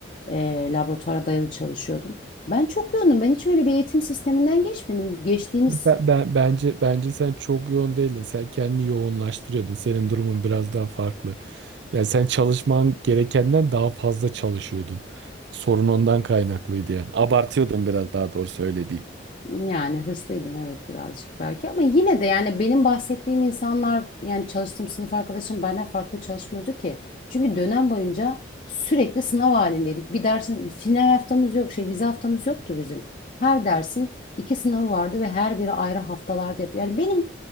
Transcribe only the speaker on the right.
Ben, ben- bence bence sen çok yoğun değildin. Sen kendini yoğunlaştırıyordun. Senin durumun biraz daha farklı. Yani sen çalışman gerekenden daha fazla çalışıyordun. Sorun ondan kaynaklıydı yani. Abartıyordun biraz daha doğru öyle